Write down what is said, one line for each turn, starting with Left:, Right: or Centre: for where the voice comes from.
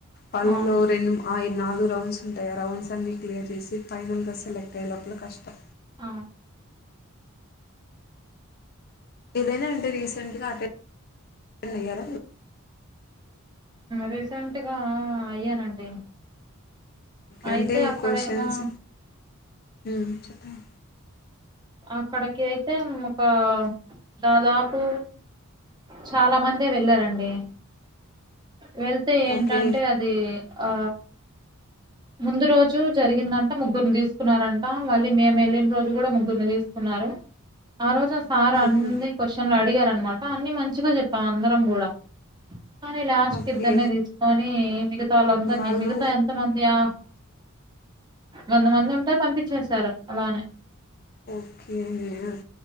Left: వాళ్ళలో
Right: అవును
Left: రెం అయి నాలుగు రౌండ్స్ ఉంటాయి ఆ రౌండ్స్ అన్ని క్లియర్ చేసి ఫైనల్ సెలక్ట్ అయ్యే లోపల కష్టం
Right: ఆ
Left: ఏదైనా ఉంటే రీసెంట్ గా... అటెం డెన్స్ ఎయ్యల మీరు
Right: రీసెంట్ గా అయ్యానండి
Left: అంటే
Right: అయితే అక్కడేమో
Left: క్వశ్చన్స్ మ్... చెప్పండి
Right: అక్కడకి అయితే ఒక దాదాపు చాలా మందె వెళ్ళారండి వెళ్ తే ఏంటంటే
Left: ఓకే
Right: అది ఆ ముందు రోజు జరిగిందంట ముగ్గురుని తీసుకున్నారంట మళ్ళీ మేము వెళ్ళిన రోజు కూడా ముగ్గురుని తీసుకున్నారు ఆ రోజు సార్ అన్ని
Left: ఓకే
Right: క్వశ్చన్లు అడిగారు అనమాట అన్ని మంచిగా చెప్పాం అందరం కూడా కానీ లాస్ట్
Left: ఓకే
Right: కి ఇద్దరినే తీసుకొని మిగతా వాళ్ళందరినీ
Left: వాళ్ళు
Right: మిగతా ఎంత మంది ఆ వంద మంది ఉంట టె పంపించేశారు అలానే
Left: ఓకే అం